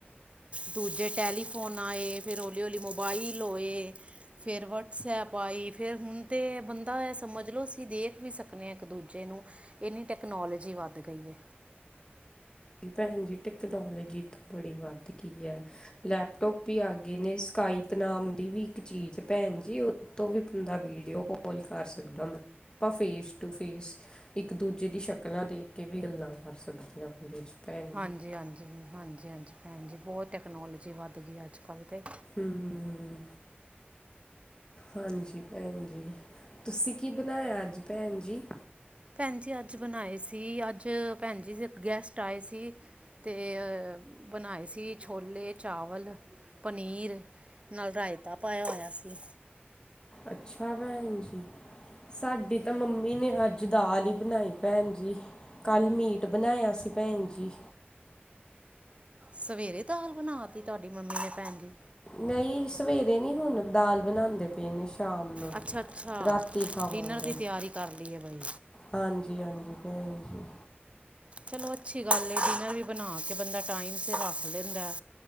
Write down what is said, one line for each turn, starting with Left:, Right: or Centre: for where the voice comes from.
Right: ਦੂਜੇ ਟੈਲੀਫੋਨ ਆਏ। ਫੇਰ ਹੌਲੀ-ਹੌਲੀ ਮੋਬਾਈਲ ਹੋਏ ਫੇਰ ਵਟਸਐਪ ਆਈ, ਫੇਰ ਹੁਨ ਤੇ ਬੰਦਾ ਐ ਸਮਜ ਲੋ, ਅਸੀ ਦੇਖ ਵੀ ਸਕਨੇ ਆਂ ਇੱਕ ਦੂਜੇ ਨੂੰ। ਏਨੀ ਟੈਕਨੋਲੋਜੀ ਵਾੱਦ ਗਈ ਏ।
Left: ਭੈਨ ਜੀ, ਟੈਕਨੋਲਜੀ ਤਾਂ ਬੜੀ ਵਾੱਦ ਗਈ ਐ। ਲੈਪਟੋਪ ਵੀ ਆ ਗੇ ਨੇ, ਸਕਾਈਪ ਨਾਮ ਦੀ ਵੀ ਇੱਕ ਚੀਜ, ਭੈਨ ਜੀ ਓ ਤੋ ਵੀ ਬੰਦਾ ਵੀਡੀਓ ਕੋਲ ਕਾਰ ਸਕਦਾ ਮਤ ਪਾ ਫੇਸ ਟੂ ਫੇਸ ਇੱਕ ਦੂਜੇ ਦੀ ਸ਼ਕਲਾਂ ਦੇਖ ਕੇ ਵੀ ਗੱਲਾਂ ਕਾਰ ਸਕਦੇ ਆਂ ਓਦੇਂ ਚ। ਭੈਣ
Right: ਹਾਂਜੀ,
Left: ਜੀ
Right: ਹਾਂਜੀ, ਹਾਂਜੀ, ਹਾਂਜੀ, ਭੈਨ ਜੀ, ਬੋਤ ਟੈਕਨੋਲਜੀ ਵਾੱਦ ਗੀ ਏ ਆੱਜ-ਕਾੱਲ ਤੇ।
Left: ਹੂੰ। ਹਾਂਜੀ ਭੈਨ ਜੀ, ਤੂਸੀ ਕੀ ਬਨਾਏਆ ਆੱਜ ਭੈਨ ਜੀ?
Right: ਭੈਨ ਜੀ ਆੱਜ ਬਨਾਏ ਸੀ, ਆੱਜ ਭੈਣ ਜੀ ਇੱਕ ਗੈਸਟ ਆਏ ਸੀ। ਤੇ ਅ ਬਨਾਏ ਸੀ, ਛੋਲੇ, ਚਾਵਲ, ਪਨੀਰ ਨਾਲ ਰਾਏਤਾ ਪਾਏਆ ਹੋਏਆ ਸੀ।
Left: ਅੱਛਾ ਭੈਨ ਜੀ। ਸਾਡੀ ਤਾਂ ਮੰਮੀ ਨੇ ਆੱਜ ਦਾਲ ਈ ਬਨਾਈ ਭੈਨ ਜੀ। ਕਾੱਲ ਮੀਟ ਬਨਾਏਆ ਸੀ, ਭੈਨ ਜੀ।
Right: ਸਵੇਰੇ ਦਾਲ ਬਨਾ ਤੀ ਤੂਆਡੀ ਮੰਮੀ ਨੇ, ਭੈਣ ਜੀ?
Left: ਨਈ ਸਵੇਰੇ ਨੀ ਹੁਨ, ਦਾਲ ਬਨਾਂਦੇ ਪਏ ਨੇ ਸ਼ ਸ਼ਾਮ ਨੂੰ,
Right: ਅੱਛਾ ਅੱਛਾ
Left: ਰਾਤੀ ਖਾਵਾਂਗੇ।
Right: ਡਿਨਰ ਦੀ ਤਿਆਰੀ ਕਰ ਲਈ ਹੈ ਬਾਈ
Left: ਹਾਂਜੀ-ਹਾਂਜੀ, ਭੈਨ ਜੀ।
Right: ਚਲੋ ਅੱਛੀ ਗਾੱਲ ਏ, ਡਿਨਰ ਵੀ ਬਨਾ ਕੇ ਬੰਦਾ ਟਾਈਮ ਸਿਰ ਰਾੱਖ ਦੇਂਦੈ।